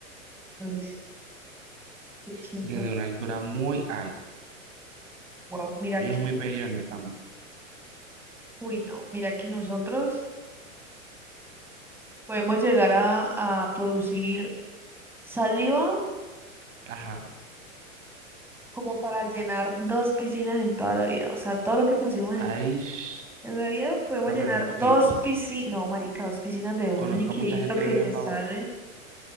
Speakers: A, in the centre; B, on the right (about 65°).
A: no es qué chimba.
B: Desde una altura muy alta.
A: Wow, mira
B: Ellos
A: que
B: son muy peliones también.
A: Uy, no, mira que nosotros podemos llegar a, a producir saliva
B: Ajá.
A: como para llenar dos piscinas en toda la vida. O sea, todo lo que pusimos en,
B: Ay, sh-
A: en la vida podemos
B: no,
A: llenar
B: pero muy poquito.
A: dos piscinas, no, marica, dos piscinas de un
B: Conozco
A: liquidito
B: a mucha gente
A: que
B: bien
A: te
B: babosa.
A: sale.